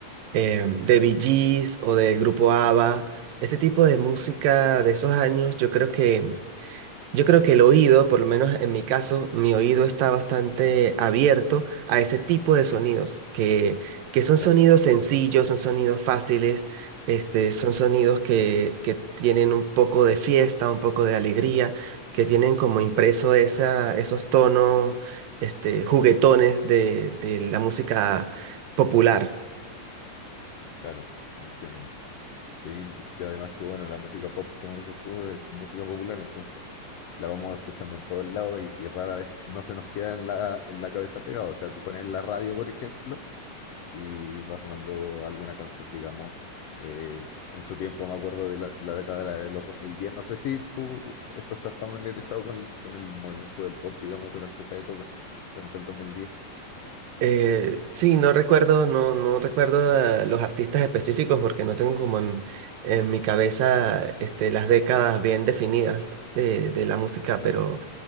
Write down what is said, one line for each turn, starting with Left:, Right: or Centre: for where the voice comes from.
Right: eh, de Bee Gees o del grupo ABBA, ese tipo de música de esos años, yo creo que Yo creo que el oído, por lo menos en mi caso, mi oído está bastante abierto a ese tipo de sonidos, que, que son
Left: Claro,
Right: sonidos sencillos, son sonidos fáciles, este, son sonidos que, que tienen un poco de fiesta, un poco de alegría, que tienen como impreso esa, esos tonos, este, juguetones de, de la música popular.
Left: claro, entiendo. Sí, y además que bueno, la música pop, como dices tú, es música popular, entonces la vamos escuchando en todos lados y, y rara vez no se nos queda en la, en la cabeza pegada. O sea, tú pones la radio, por ejemplo, y va sonando alguna canción, digamos, eh, en su tiempo, me acuerdo de la, la década de la- de los 2010, no sé si tú esto estás familiarizado con, el- con el movimiento del pop, digamos, durante esa época, durante el dos mil diez,
Right: Eh, sí, no recuerdo, no, no recuerdo eh, los artistas específicos porque no tengo como en, en mi cabeza este, las décadas bien definidas de, de la música,
Left: claro,
Right: pero,